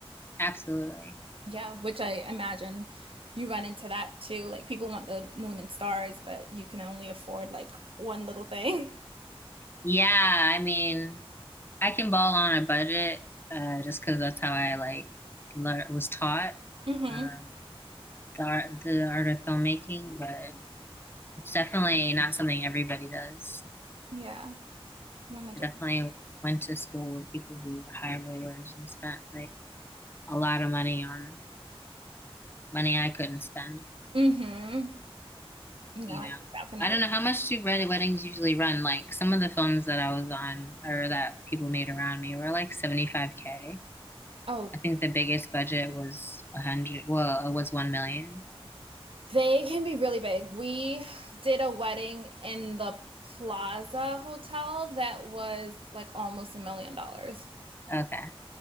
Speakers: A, on the left; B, on the right.
A: Absolutely.
B: Yeah, which I imagine you run into that too. Like people want the moon and stars, but you can only afford like one little thing. <laughs>
A: Yeah, I mean, I can ball on a budget, uh, just because that's how I like lear was taught,
B: Mm-hmm.
A: um, the art, the art of filmmaking. But it's definitely not something everybody does.
B: Yeah, 100.
A: I definitely went to school with people who were high rollers and spent like a lot of money on money I couldn't spend.
B: Mm-hmm. No,
A: You
B: I
A: know,
B: can definitely.
A: I don't know how much do red weddings usually run. Like some of the films that I was on or that people made around me were like 75K.
B: Oh,
A: I think the biggest budget was a hundred. Well, it was one million.
B: They can be really big. We did a wedding in the Plaza Hotel that was like almost a million dollars.
A: Okay.